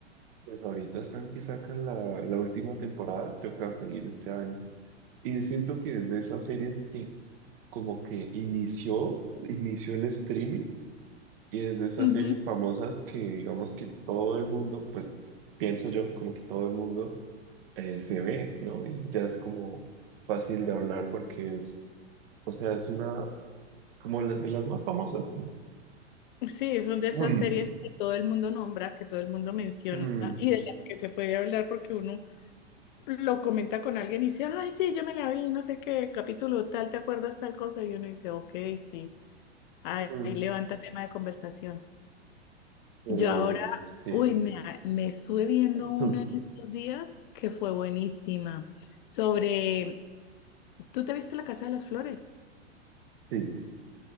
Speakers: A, on the right; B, on the left.
A: Pues ahorita están que sacan la, la última temporada, creo que va a salir este año. Y siento que es de esas series como que inició, inició el streaming y es de esas
B: Ujú.
A: series famosas que digamos que todo el mundo, pues pienso yo, como que todo el mundo eh, se ve, ¿no? Y ya es como fácil de hablar porque es, o sea, es una, como la- de las más famosas, sí.
B: Sí, es una de esas
A: Mm,
B: series que todo el mundo nombra, que todo el mundo menciona
A: mm,
B: y de las que se puede hablar porque uno lo comenta con alguien y dice, ay, sí, yo me la vi, no sé qué, capítulo tal, ¿te acuerdas tal cosa? Y uno dice, ok, sí, ahí
A: mm,
B: levanta tema de conversación.
A: pero,
B: Yo ahora,
A: sí,
B: uy, me, me estuve viendo
A: <laughs>
B: una en estos días que fue buenísima, sobre, ¿tú te viste La Casa de las Flores?
A: sí,